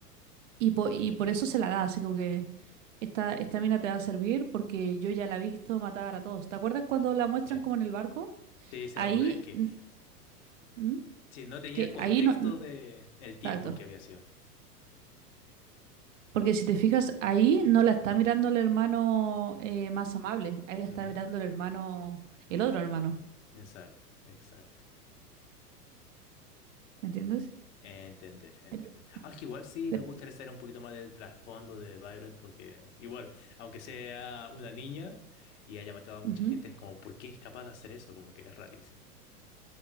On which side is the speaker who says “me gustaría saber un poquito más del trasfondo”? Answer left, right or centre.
Left